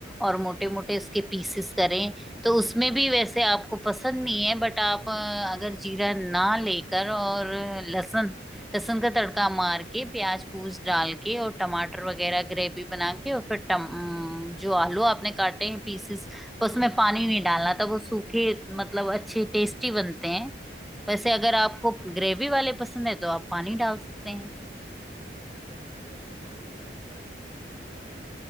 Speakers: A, in the centre; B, on the right (about 35°).
A: और मोटे मोटे इसके पीसेस करें तो उसमें भी वैसे आपको पसंद नहीं है बट आप अ, अगर जीरा ना लेकर और लहसुन लहसुन का तड़का मार के प्याज पूज डाल के और टमाटर वगैरह ग्रेवी बना के और फिर टम जो आलू आपने काटे हैं पीसेस उसमें पानी नहीं डालना तब वो सूखे मतलब अच्छे टेस्टी बनते हैं वैसे अगर आपको ग्रेवी वाले पसंद है तो आप पानी डाल सकते हैं
B: अच्छा, मतलब मैंने उसमें पानी मिला दिया तो वो ग्रेवी हो गया